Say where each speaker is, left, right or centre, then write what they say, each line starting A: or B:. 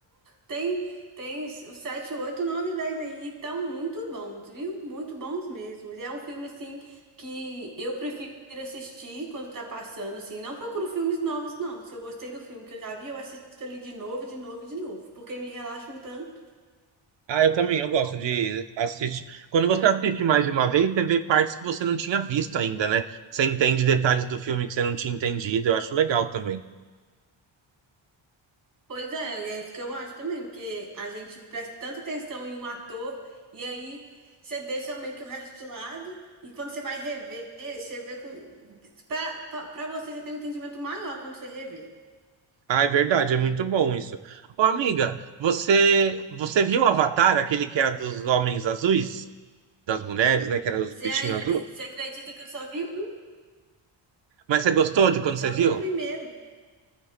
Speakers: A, on the right (about 45°); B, on the right (about 65°).
A: Tem, tem o 7 8 9 e 10 aí, e tão muito bons, viu? Muito bons mesmo. E é um filme, assim, que eu prefiro assistir quando tá passando, assim. Não procuro filmes novos, não. Se eu gostei do filme que eu já vi, eu assisto ali de novo, de novo, e de novo, porque me relaxa um tanto.
B: Ah, eu também, eu gosto de assistir. Quando você assiste mais de uma vez, você vê partes que você não tinha visto ainda, né? Você entende detalhes do filme que você não tinha entendido, eu acho legal também.
A: Pois é, é isso que eu acho também, porque a gente presta tanta atenção em um ator e aí você deixa meio que o resto de lado e quando você vai rever, você vê com... Pra, pra, pra você, você tem um entendimento maior quando você rever.
B: Ah, é verdade, é muito bom isso. Ô, amiga, você você viu Avatar, aquele que era dos homens azuis, das mulheres, né, que era os
A: Você,
B: bichinhos
A: ai-
B: azuis.
A: eh, você acredita que eu só vi um?
B: Mas você gostou de quando você
A: Só
B: viu?
A: vi o primeiro.